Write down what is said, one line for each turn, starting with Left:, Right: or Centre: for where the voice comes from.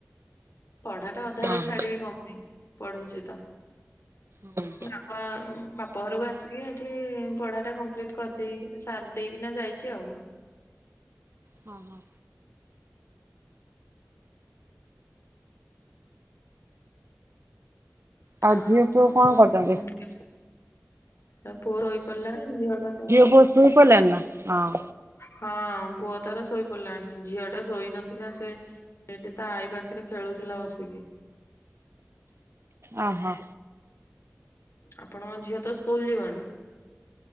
Left: ପଢାଟା ଅଧାରୁ
Right: ହଁ ହଁ।
Left: ଛାଡିବି କଣ ପାଇଁ? ପଢୁଚି ତ।
Right: ଅହଁ।
Left: ବାପ ଉଁ, ବାପ ଘରକୁ ଆସିକି ଏଠି ପଢା ଟା କମ୍ପ୍ଲିଟ୍ କରିଦେଇକି ସାରି ଦେଇକିନା ଯାଇ ଚି ଆଉ।
Right: ହଁ, ହଁ। ଆଉ
Left: ଆଁ,
Right: ଝିଅ
Left: ଆପଣଙ୍କର
Right: ପୁଅ କଣ କରୁଛନ୍ତି
Left: ଉଁ, ଆ, ପୁଅ ଶୋଇପଡିଲାଣି ଝିଅ ଟା ତ
Right: ପୁଅ ଶୋଇ ପଡ଼ିଲାଣି ନା? ହଁ।
Left: ହଁ ପୁଅ ତାର ଶୋଇ ପଡିଲାଣି, ଝିଅ ଟା ଶୋଇ ନଥିଲା ସେ ଏଠି ତା ଆଈ ପାଖରେ ଖେଳୁଥିଲା ବସିକି।
Right: ଅଁ, ହଁ।
Left: ଆପଣଙ୍କ ଝିଅ ତ ସ୍କୁଲ୍ ଯିବଣି?